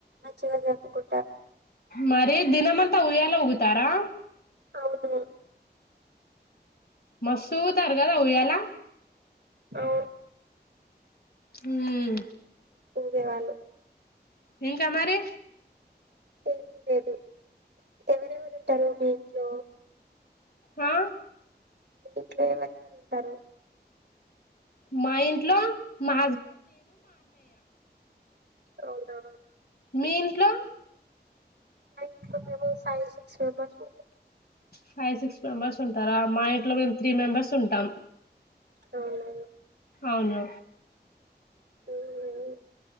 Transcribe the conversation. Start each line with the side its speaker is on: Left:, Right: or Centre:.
Right: మంచిగా జరుపుకుంటామ్
Left: మరిదినమంతా ఉయ్యలో ఉగుతారా
Right: అవును
Left: మస్తు ఊగుతారు కద ఊయాలా
Right: ఓ
Left: మ్మ్
Right: ఊగే వాళ్ళు
Left: ఇంకా మరి
Right: ఏమీ లేదు ఎవరెవరు ఉంటారు మీ ఇంట్లో
Left: ఆ
Right: ఇంట్లో ఎవరెవరు ఉంటారు
Left: మా ఇంట్లో మా
Right: అవునా
Left: మీ ఇంట్లో
Right: మా ఇంట్లోఫైవ్ సిక్స్ మెంబర్స్ ఉన్నాం
Left: ఫైవ్ సిక్స్ మెంబెర్స్ ఉంటారా మా ఇంట్లో మేము త్రీ మెంబెర్స్ ఉంటాం
Right: అవునా
Left: అవును
Right: మ్మ్